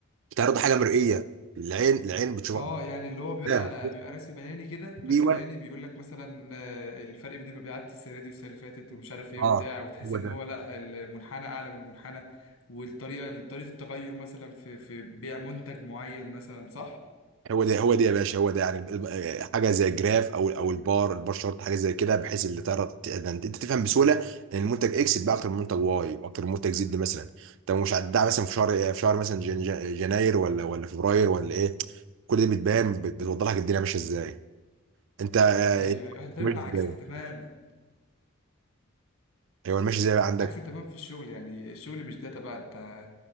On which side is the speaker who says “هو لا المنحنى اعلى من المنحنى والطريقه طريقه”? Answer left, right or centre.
Left